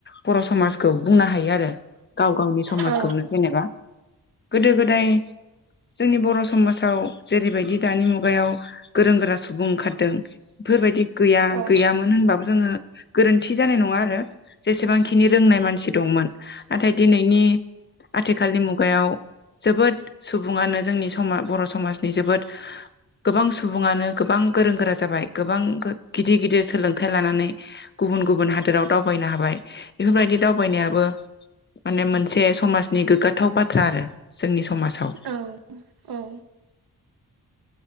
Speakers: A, on the left; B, on the right.
A: बर' समाजखौ बुंनो हायो आरो गाव - गावनि समाजखौनो
B: औ
A: जेनेबा गोदो- गोदाय जोंनि बर' समाजाव जेरैबायदि दानि मुगायाव गोरों गोरा सुबुं ओंखारदों बेफोरबायदि गैया
B: औ
A: गैयामोन होनबाबो जोङो गोरोन्थि जानाय नङा आरो जेसेबांखिनि रोंनाय मानसि दंमोन नाथाय दिनैनि आथिखालनि मुगायाव जोबोद सुबुङानो जोंनि समा बर' समाजनि जोबोद गोबां सुबुङानो गोबां गोरों गोरा जाबाय गोबां गो गिद गिदिर गिदिर सोलोंथाइ लानानै गुबुन गुबुन हादोराव दावबायनो हाबाय बेफोरबायदि दावबायनायाबो माने मोनसे समाजनि गोग्गाथाव बाथ्रा आरो जोंनि समाजाव
B: औ औ